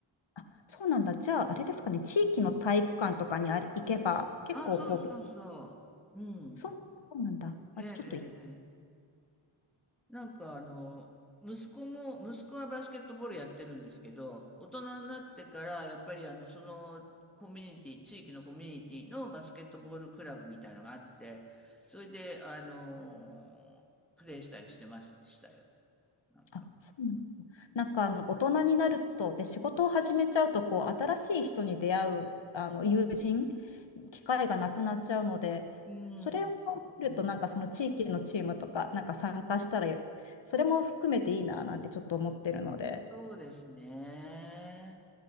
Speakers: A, on the left; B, in the centre.
A: あそうなんだ。じゃあ、あれですかね。地域の体育館とかにあれ行けば、結構こう、
B: あ、そうそうそう。うん。
A: そう、そうなんだ。あ、
B: え、
A: じゃあちょっとい、
B: ええ、えなんかあの、息子も、息子はバスケットボールやってるんですけど、大人になってから、やっぱりあの、そのコミュニティ、地域のコミュニティのバスケットボールクラブみたいのがあって、それで、あの、プレイしたりしてましたよ。なんか。
A: あ、そうなんだ。なんかあの、大人になると、で、仕事を始めちゃうと、こう、新しい人に出会う、あの、友人、機会がなくなっちゃうので、
B: うん。
A: それを見ると、なんかその地域のチームとか、なんか参加したら、それも含めていいな、なんてちょっと思ってるので。
B: そうですね。